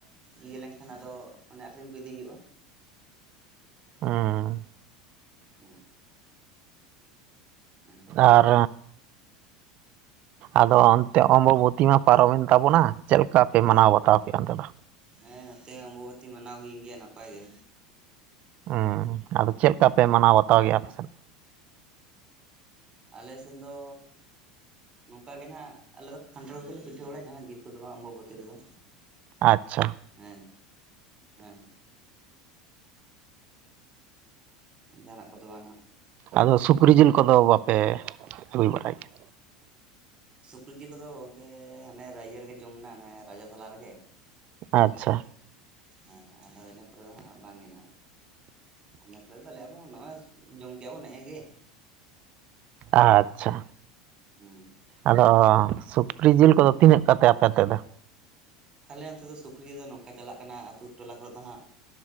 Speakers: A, on the right; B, on the right.
A: ᱤᱭᱟᱹ ᱞᱮᱱᱠᱷᱟᱱ ᱟᱫᱚ ᱚᱱᱮ ᱟᱠᱷᱨᱤᱧ ᱠᱚ ᱤᱫᱤ ᱦᱩᱭᱩᱜᱼᱟ
B: ᱦᱩᱸ
A: ᱦᱩ᱾ ᱦᱩᱸ᱾
B: ᱟᱨ ᱟᱫᱚ ᱚᱱᱛᱮ ᱚᱢᱵᱚᱵᱚᱛᱤ ᱢᱟ ᱯᱟᱨᱚᱢᱮᱱ ᱛᱟᱵᱚᱱᱟ ᱪᱮᱫ ᱞᱮᱠᱟ ᱯᱮ ᱢᱟᱱᱟᱣ ᱵᱟᱛᱟᱣ ᱠᱮᱫᱼᱟ ᱚᱱᱛᱮ ᱫᱚ?
A: ᱦᱮᱸ ᱱᱚᱛᱮ ᱦᱚᱸ ᱚᱢᱵᱚᱵᱚᱛᱤ ᱢᱟᱱᱟᱣ ᱦᱩᱭᱮᱱ ᱜᱮᱭᱟ ᱱᱟᱯᱟᱭ ᱜᱮ᱾
B: ᱦᱩᱸ ᱟᱫᱚ ᱪᱮᱫ ᱞᱮᱠᱟ ᱯᱮ ᱢᱟᱱᱟᱣ ᱵᱟᱛᱟᱣ ᱜᱮᱭᱟ
A: ᱦᱮᱸ
B: ᱟᱯᱮᱥᱮᱫ?
A: ᱟᱞᱮ ᱥᱮᱱ ᱫᱚ ᱱᱚᱝᱠᱟ ᱜᱮ ᱱᱟᱦᱟᱜ ᱟᱞᱮ ᱫᱚ ᱠᱷᱟᱱᱴᱷᱟᱲ ᱠᱚᱜᱮᱞᱮ ᱯᱤᱴᱷᱟᱹ ᱵᱟᱲᱟᱭᱟ ᱡᱟᱦᱟᱸ ᱡᱤᱞ ᱠᱚᱫᱚ ᱵᱟᱝ ᱚᱢᱵᱚᱵᱚᱛᱤ ᱨᱮᱫᱚ᱾
B: ᱟᱪᱪᱷᱟ᱾
A: ᱦᱮᱸ ᱦᱮᱸ ᱦᱮᱸ᱾ ᱡᱟᱦᱟᱱᱟᱜ ᱠᱚᱫᱚ ᱵᱟᱝ ᱱᱟᱦᱟᱜ᱾
B: ᱟᱫᱚ ᱥᱩᱠᱨᱤ ᱡᱤᱞ ᱠᱚᱫᱚ ᱵᱟᱯᱮ ᱟᱹᱜᱩ ᱵᱟᱲᱟᱭ ᱜᱮᱭᱟ?
A: ᱥᱩᱠᱨᱤ ᱡᱤᱞ ᱠᱚᱫᱚ ᱜᱚᱝᱠᱮ ᱦᱟᱱᱮ ᱨᱟᱹᱭ ᱤᱭᱟᱹ ᱨᱮᱜᱮ ᱡᱚᱢᱱᱟ ᱟᱱᱮ ᱨᱟᱡᱟ ᱥᱟᱞᱟ ᱨᱮᱜᱮ᱾
B: ᱟᱪᱪᱷᱟ᱾
A: ᱦᱮᱸ ᱟᱫᱚ ᱤᱱᱟᱹ ᱯᱚᱨᱮ ᱫᱚ ᱦᱟᱸᱜ ᱵᱟᱝᱜᱮ ᱱᱟᱦᱟᱜ᱾ ᱤᱱᱟᱹ ᱯᱚᱨᱮ ᱫᱚ ᱞᱟᱹᱭᱮᱜ-ᱟ ᱵᱚᱱ ᱱᱚᱜᱼᱚᱸᱭ ᱡᱚᱢ ᱠᱮᱜᱼᱟ ᱵᱚᱱ ᱱᱮᱜ ᱮ ᱜᱮ᱾
B: ᱟᱪᱪᱷᱟ᱾
A: ᱦᱩᱸ ᱾
B: ᱟᱫᱚ ᱥᱩᱠᱨᱤ ᱡᱤᱞ ᱠᱚᱫᱚ ᱛᱤᱱᱟᱹᱜ ᱠᱟᱛᱮᱫ ᱟᱯᱮ ᱛᱮᱫ ᱫᱚ?
A: ᱟᱞᱮ ᱚᱱᱛᱮ ᱫᱚ ᱥᱩᱠᱨᱤ ᱫᱚ ᱱᱚᱝᱠᱟ ᱪᱟᱞᱟᱜ ᱠᱟᱱᱟ ᱟᱹᱛᱩ ᱴᱚᱞᱟ ᱠᱚᱨᱮ ᱫᱚ ᱦᱟᱸᱜ